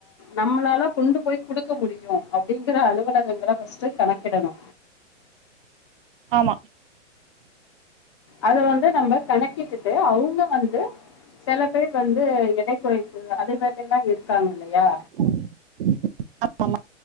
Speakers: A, on the left; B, on the right.
A: நம்மளால கொண்டு போய் குடுக் க முடியு அப்டிங்கற அலுவலகங்கள ஃபஸ்ட்டு கணக்கிடணு
B: ஆமா
A: அது வந்து நம்ம கணக் கிட்டுட்டு அவுங்க வந்து சில பேர் வந்து எடை குறைப்பு அதேமாரி எல்லா இரு க்காங்க இல்லயா
B: <inaudible> அ ஆமா